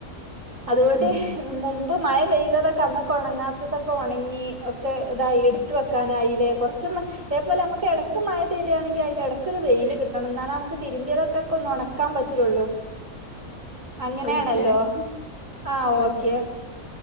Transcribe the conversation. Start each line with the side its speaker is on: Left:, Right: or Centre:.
Right: അതുകൊണ്ട്
Left: ഉം
Right: മുമ്പ് മഴ പെയ്തതൊക്കെ അന്നൊക്കെ ഒണങ്ങാത്തതൊ ഒണങ്ങി ഒക്കെ ഇതായി ഇട്ത്ത് വെക്കാനായിലെ കുറച്ചൊന്ന് തേപോലെ നമക്ക് ഇടക്ക് മഴ തരാ ണങ്കി അയിന്റെ എടക്കൊരു വെയില് കിട്ടണം ന്നാലമുക്ക് തിരുമ്പിയതൊക്കെ ഒന്ന് ഒണക്കാൻ പറ്റുള്ളൂ. അങ്ങനെയാണല്ലോ
Left: ഒരു മിനിറ്റേ
Right: ആ
Left: ഒരു
Right: ഓക്കെ
Left: മിനിറ്റ്